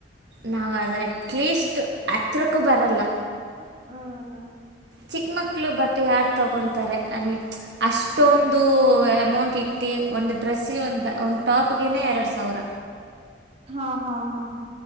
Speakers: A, on the right; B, on the right.
A: ನಾವ ಅದು ಅಟ್ಲೀಸ್ಟ್ ಹತ್ರಕ್ಕೂ ಬರಲ್ಲ
B: ಹ್ಮ್
A: ಚಿಕ್ಕ ಮಕ್ಳು ಬಟ್ಟೆ ಯಾರು ತಗೊತಾರೆ ಐ ಮೀನ್ ಅಷ್ಟೊಂದು ಅಮೌಂಟ್ ಇಟ್ಟು ಒಂದ್ ಡ್ರೆಸ್ಗೆ ಒಂದ ಒಂದ್ ಟಾಪ್ಗೆನೆೇ ಎರಡ್ ಸಾವರ
B: ಹಾ ಹಾ ಹಾ ಹಾ